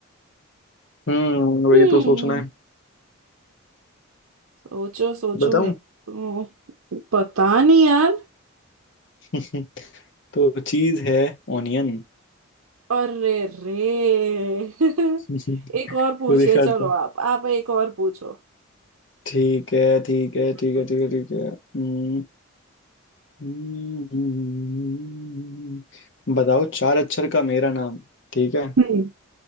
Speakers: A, on the left; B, on the right.
A: हम्म वही
B: हम्म
A: तो सोचना है
B: सोचो सोचो
A: बताऊं
B: मैं तो पता नहीं यार
A: <laughs> तो चीज है ऑनियन
B: अरे रे <laughs>
A: <laughs>
B: एक और पूछिए
A: खुद ही काटते
B: चलो
A: हैं
B: आप आप एक और पूछो
A: ठीक है ठीक है ठीक
B: हम्म
A: है ठीक है ठीक है हम्म हम्म। हम्म। बताओ चार अक्षर का मेरा नाम ठीक है
B: हम्म